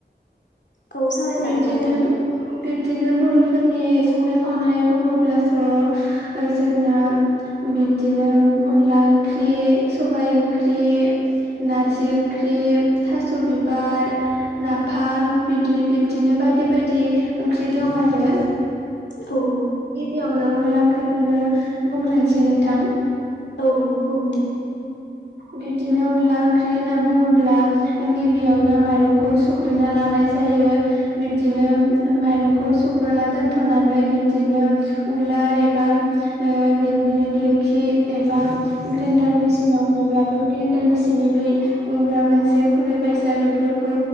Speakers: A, on the left; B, on the right.
A: औ सावरायजागोन
B: बिदिनो
A: नोंथां
B: बिदिनो बर'फोरनि संनाय खावनाय बुङोब्लाथ' जोंना बिब्दिनो अनला ओंख्रि सबाय ओंख्रि नारजि ओंख्रि थास' बिबार नाफाम बिदि बिब्दिनो बायदि बायदि ओंख्रि दं आरो
A: औ
B: यावनो अनला ओंख्रिखौनो बुंग्रोनोसै नोंथां
A: औ बुं दे
B: बिब्दिनो अनला ओंख्रि होनना बुङोब्ला गिबियावनो माइरंखौ सुग्रोना लाङो जानाय जायो बिबदिनो माइरंखौ सुग्रोना दोनथ'नानै बिदिनो उलार एबा बिदिनो दिंखि एबा ग्रेनडार मेसिनाव होयोल्बा <unintelligible> मेसिननि बे उनग्रा मोनसे खुरै बायसा बेफोरखौ